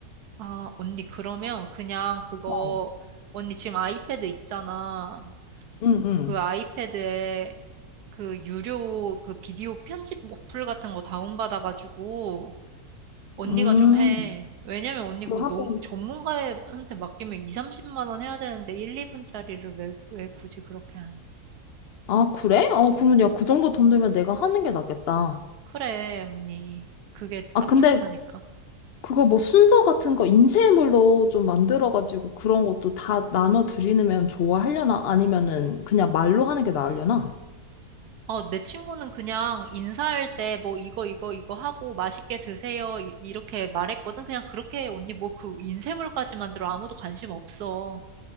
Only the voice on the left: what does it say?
어.
응, 응.
음.
그걸
한번.
아, 그래? 어, 그러면 야, 그 정도 돈 들면 내가 하는 게 낫겠다.
아,
근데
그거 뭐 순서 같은 거 인쇄물로 좀 만들어가지고 그런 것도 다 나눠 드리면 좋아하려나? 아니면은 그냥 말로 하는 게 나으려나?